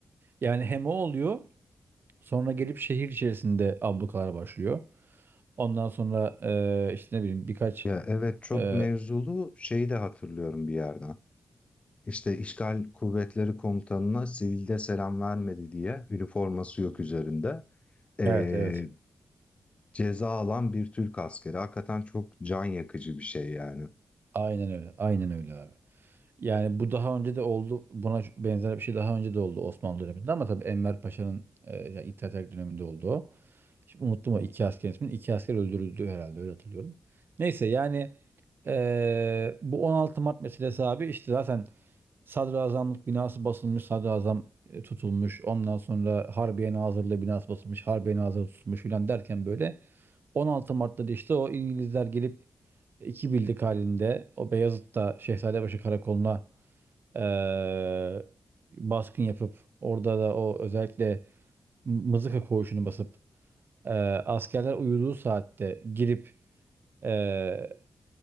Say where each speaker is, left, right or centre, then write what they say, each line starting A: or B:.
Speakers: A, on the right; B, on the left.
A: Yani hem o oluyor, sonra gelip şehir içerisinde ablukalar başlıyor. Ondan sonra, eee, işte, ne bileyim birkaç,
B: Ya evet çok
A: eee
B: mevzulu şeyi de hatırlıyorum bir yerden. İşte işgal kuvvetleri komutanına sivilde selam vermedi diye üniforması yok üzerinde. Ee,
A: Evet, evet.
B: ceza alan bir Türk askeri. Hakikaten çok can yakıcı bir şey yani.
A: Aynen öyle. Aynen öyle abi. Yani bu daha önce de oldu. Buna ş benzer bir şey daha önce de oldu Osmanlı döneminde ama tabii Enver Paşa'nın, eee, ya İttihat Terakki döneminde oldu o. Şimdi unuttum o 2 asker ismini. 2 asker öldürüldü herhalde, öyle hatırlıyorum. Neyse yani, eee, bu 16 Mart meselesi abi, işte, zaten sadrazamlık binası basılmış, sadrazam, eee, tutulmuş. Ondan sonra Harbiye Nazırlığı binası basılmış, Harbiye Nazırı tutulmuş filan derken böyle 16 Mart'ta da, işte, o İngilizler gelip 2 bildik halinde o Beyazıt'ta Şehzadebaşı Karakolu'na, eee, baskın yapıp orada da o özellikle M Mızıka Koğuşu'nu basıp, eee, askerler uyuduğu saatte girip, eee,